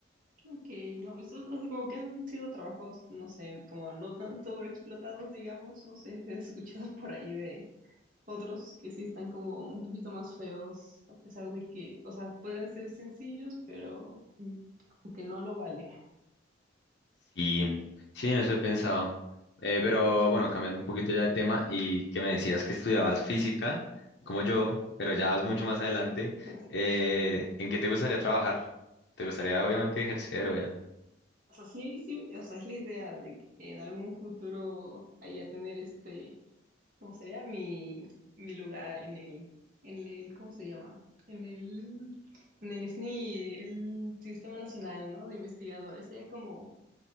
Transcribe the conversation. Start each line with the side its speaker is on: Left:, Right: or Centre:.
Right: Ok, no, pues, o sea, como que han sido trabajos, no sé, como no tan sobreexplotados, digamos, no sé, he escuchado por ahí de, Otros que sí están como un poquito más feos, a pesar de que, o sea, pueden ser sencillos, pero mm, como que no lo vale.
Left: Sí, sí, en eso he pensado. Eh, pero bueno, cambiando un poquito ya de tema y que me decías que estudiabas física, como yo, pero ya vas mucho más adelante,
Right: <laughs>
Left: eh, ¿en qué te gustaría trabajar? ¿Te gustaría obviamente ejercer o ya?
Right: O sea, sí, sí, o sea, es la idea de que en algún futuro haya tener este, ¿cómo sería? Mi, mi lugar en el, en el, ¿cómo se llama? En el, en el SNI, el Sistema Nacional, ¿no? De Investigadores. Sería como